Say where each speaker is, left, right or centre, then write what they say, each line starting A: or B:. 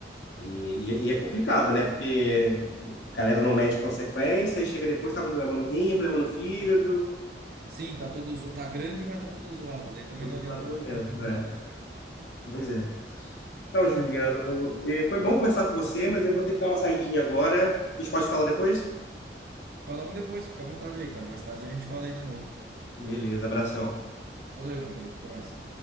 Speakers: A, on the left; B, on the right.
A: E, e- e é complicado, né? Porque a galera não mede consequência e chega depois, tá com problema no rim, problema no fígado,
B: Sim, tá todo zo... tá grande, mas tá todo zoado. Daí também
A: Todos
B: não adianta,
A: os por dentro,
B: não adianta
A: é.
B: nada, né, cara?
A: Pois é. Então, Juliano, eh, foi bom conversar com você, mas eu vou ter que dar uma saidinha agora. A gente pode falar depois?
B: Falamos depois, fica à vontade aí, cara. Mais tarde a gente fala aí de novo.
A: Beleza, abração.
B: Valeu, meu querido. Até mais.